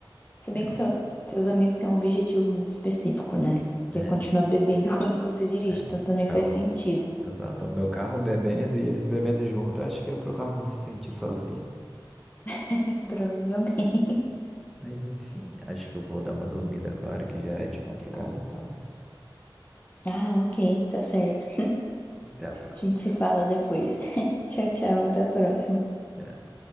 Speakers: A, on the left; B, in the centre.
A: Se
B: Mas
A: bem que seu- seus amigos têm um objetivo muito específico, né? Que
B: é,
A: é continuar bebendo <laughs> quando você dirige,
B: é,
A: então também faz
B: é o-
A: sentido.
B: exato. é O meu carro bebendo e eles bebendo junto. Eu acho que é pro carro não se sentir sozinho.
A: <laughs> Provavelmente.
B: Mas enfim, acho que eu vou dar uma dormida agora que já é de madrugada e tal.
A: Ah, ok, tá certo.
B: Até a próxima.
A: A gente se fala depois. <laughs> Tchau, tchau, até a próxima.
B: Tchau.